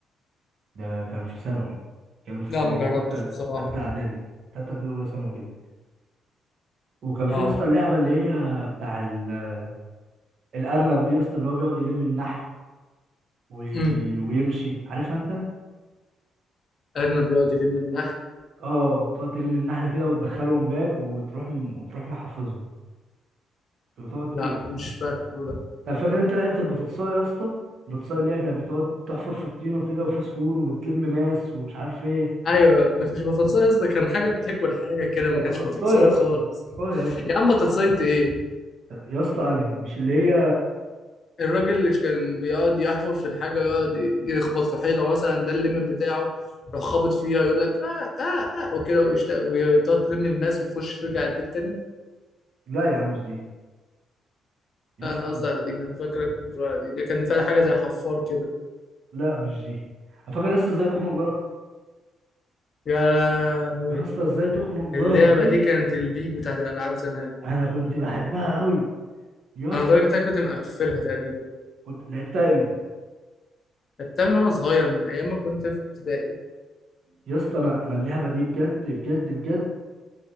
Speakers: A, on the right; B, on the left.
A: ده كان في ثانوي كان
B: لا
A: في
B: ما جربتش
A: تالتة
B: بصراحة
A: تالتة إعدادي تالتة إعدادي أولى ثانوي كده وكان في
B: اه
A: يا اسطى اللعبة اللي هي بتاع ال- الأرنب دي يا اسطى اللي هو بيقعد يلم النحل وي...
B: امم
A: ويمشي عارفها أنت؟
B: أرنب بيقعد يلم النحل
A: اه بتقعد تلم النحل كده وتدخلهم باب وتروح م- وتروح محافظهم بتقعد
B: لا
A: ت...
B: مش فاكره ده
A: طب فاكر أنت لعبة البطاطساية يا اسطى؟ البطاطساية اللي هي كانت بتقعد تحفر في الطينة كده وفي صخور وبتلم ماس ومش عارف إيه
B: ايوه ما كانش بطاطساي قصدي كان حاجه بتاكل حاجه كده
A: كانت
B: ما كانش
A: بطاطساية
B: بطاطساي
A: يا اسطى
B: خالص
A: بطاطساية يا ابني
B: يا عم بطاطساي ايه
A: يا اسطى أنهي مش اللي هي
B: الراجل اللي كان بيقعد يحفر في الحاجه ويقعد يخبط في حيطه مثلا ده الليمت بتاعه يروح خابط فيها يقول لك اه اه اه وكده ويشتاق وتقعد تلم الماس وتخش ترجع البيت تاني
A: لا يا عم مش دي يا
B: لا،
A: اسطى
B: انا قصدي على دي انا فاكرك بتقول على دي دي كان فيها
A: لا
B: حاجه زي حفار كده
A: لا مش دي فاكر يا اسطى ازاي تخنق جارك
B: يا لهوي
A: يا اسطى ازاي تخنق
B: اللعبه
A: جارك دي
B: دي كانت البيك بتاعت الالعاب زمان
A: انا كنت بحبها قوي يا
B: انا
A: اسطى
B: لدرجه إن انا كنت مقفلها تقريبا
A: كنت لعبتها امتى
B: لعبتها من وانا صغير من ايام ما كنت في ابتدائي
A: يا اسطى انا انا اللعبه دي بجد بجد بجد